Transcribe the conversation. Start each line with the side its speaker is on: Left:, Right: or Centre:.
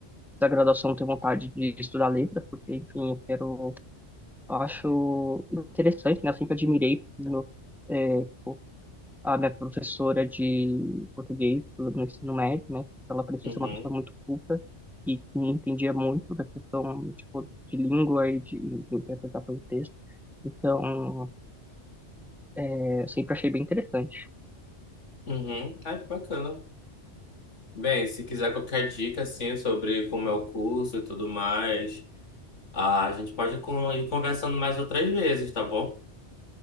Centre: essa graduação, eu tenho vontade de estudar letras, porque, enfim, eu quero Eu acho interessante, né? Eu sempre admirei no, é, pô, a minha professora de português no ensino médio, né? Ela parecia
Left: Uhum.
Centre: ser uma pessoa muito culta e que entendia muito da questão, tipo, de língua e de, de interpretação de texto. Então, é, eu sempre achei bem interessante.
Left: Uhum. Ah, que bacana. Bem, se quiser qualquer dica, assim, sobre como é o curso e tudo mais, Ah, a gente pode con- ir conversando mais outras vezes, tá bom?